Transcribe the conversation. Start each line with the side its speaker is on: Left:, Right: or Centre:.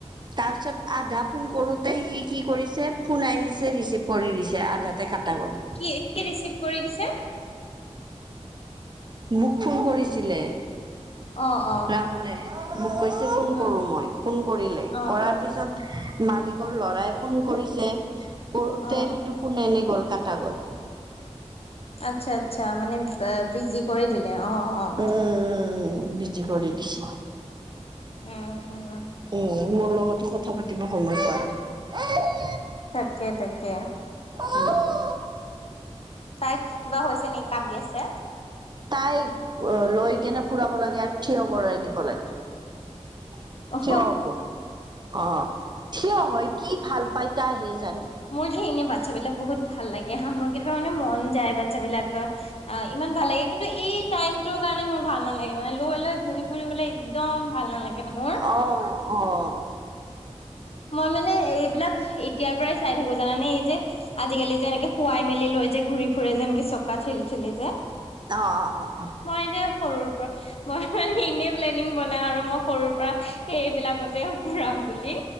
Right: তাৰ পিছত আধা ফোন কৰোতে সি কি কৰিছে ফোন আহিছে ৰিচিভ কৰি দিছে আধাতে কাটা গ'ল।
Left: কি-কি ৰিচিভ কৰি দিছে।
Right: মোক ফোন কৰিছিলে
Left: অ অ
Right: ৰাহুলে মোক কৈছে ফোন
Left: উম
Right: কৰো মই ফোন কৰিলে
Left: অ
Right: কৰাৰ
Left: অ
Right: পিছত
Left: অ
Right: মালিকৰ ল'ৰাই ফোন কৰিছে কৰোতে
Left: অ
Right: সেইটো ফোন এনে গ'ল কাটা গ'ল।
Left: আচ্ছা - আচ্ছা মানে বিজি কৰি দিলে অহ', অহ',
Right: উম উম উম যি কৰি দিছো
Left: উম উম
Right: উম মোৰ লগতো কথা পাতিব সময় পোৱা নাই
Left: তাকে তাকে
Right: উম
Left: তাইৰ কিবা হৈছে নেকি কান্দি আছে?
Right: তাই লৈ কেনে ফুৰাব লাগে আৰু থিয় কৰাই দিব লাগে থিয়
Left: অ
Right: হব অ থিয় হয় কি ভাল পাই তাইহে জানে
Left: মোৰ যে এনে বাচ্ছাবিলাক বহুত ভাল লাগে হা মোৰ কেতিয়াবা মানে মন যায় বাচ্ছা বিলাকৰ অ ইমান ভাল লাগে কিন্তু এই টাইমটোৰ কাৰণে মোৰ ভাল নালাগে মানে লৈ লৈ ঘূৰি ফুৰিবলৈ একদম ভাল নালাগে। মোৰ।
Right: অহ অহ
Left: মই মানে এইবিলাক এতিয়াৰ পৰাই চাই থাকো জানানে এই যে আজিকালি যেনেকে শুৱাই মেলি লৈ যে ঘূৰি ফুৰে যেনেকে চকা ঠেলি ঠেলি যে
Right: অহ অহ অহ অহ
Left: মই এতিয়া সৰুৰ পৰা মই মানে এনেই প্লেনিং বনাই আৰু মই সৰুৰ পৰা সেইবিলাকতে ঘূৰাম বুলি